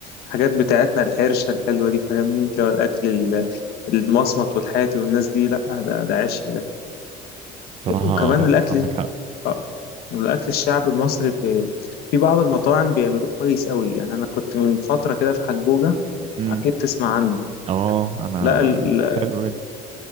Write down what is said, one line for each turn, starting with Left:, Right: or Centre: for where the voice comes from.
Left: الحاجات بتاعتنا الحرشه الحلوه دي فاهمني اللي هو الاكل ال- المصمت والحاتي والناس دي لا ده ده عشي ده
Right: بصراحة
Left: وكمان الاكل
Right: عندك حق
Left: اه الاكل الشعبي المصري في في بعض المطاعم بيعملوه كويس قوي يعني انا كنت من فتره كده في حجوجه
Right: امم
Left: اكيد تسمع عنه
Right: اه انا
Left: لا ال-
Right: حلو جدا